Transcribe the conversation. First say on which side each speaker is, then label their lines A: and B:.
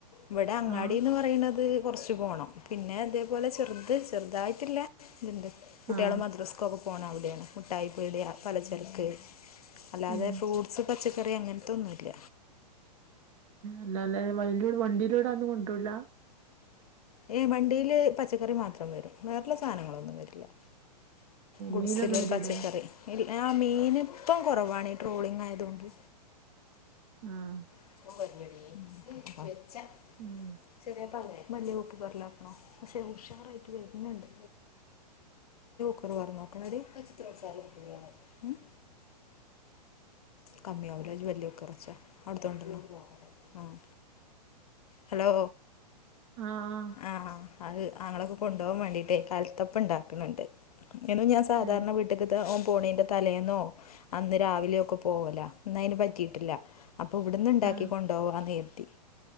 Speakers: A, on the left; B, on the right.
A: ഇവിടെ അങ്ങാടിന്ന്
B: ആഹ്
A: പറയ്ണന്ത് കുറച് പോണം. പിന്നെ അതേപോലെ ചെറുത് ചെറുതായിട്ട്ല്ല ഇതുണ്ട് കുട്ടികള്
B: ആഹ്
A: മദ്രസ്ക്ക് ഒക്കെ പോണം അവിടെയാണ് മുട്ടായിപ്പീടിയാ, പലചരക്ക് അല്ലാതെ
B: ഏഹ്
A: ഫ്രൂട്ട്സ് പച്ചക്കറി അങ്ങനത്തൊന്നും ഇല്ല
B: അല്ലണ്ട് <unintelligible> വണ്ടിയിലൂടെ അതോന്നും കൊണ്ടരൂല
A: ഏയ് വണ്ടിയില് പച്ചക്കറി മാത്രം വരും. വേറെള്ള സാധനങ്ങളൊന്നും വെര്ലാ ഗുഡ്സിലര്
B: മീനൊന്നും വരൂലേ
A: പച്ചക്കറി ആ മീന് ഇപ്പം കുറവാണ് ട്രോളിങ് ആയതുകൊണ്ട്
B: ആഹ്
A: <unintelligible> <unintelligible>
B: ഏഹ്
A: ഉഷാറായിട്ട് വരുന്നുണ്ട് <unintelligible> കമ്മിയ ആവൂല വല്ല്യ കുക്കാ റച്ചാ അവിടത്തൊണ്ടല്ലോ ആഹ് ഹലോ
B: ആഹ്
A: ആ അത് അങ്ങളക് കൊണ്ടോവാൻ വേണ്ടീട്ട് കൽത്തപ്പം ഉണ്ടാക്ക്ണ് ണ്ട് ന്നും ഞാൻ സാധാരണ
B: ഏ
A: വീട്ടക്ക് പോ ഓൻ പോണേന്റെ തലേന്നോ അന്ന് രാവിലെയൊ ഒക്കെ പോവലാ ഇന്ന് അയിന് പറ്റിയിട്ടില്ല അപ്പൊ ഇവിട്ന്ന് ഇണ്ടാക്കി
B: ആ
A: കൊണ്ടോവാന്ന്ര്ത്തി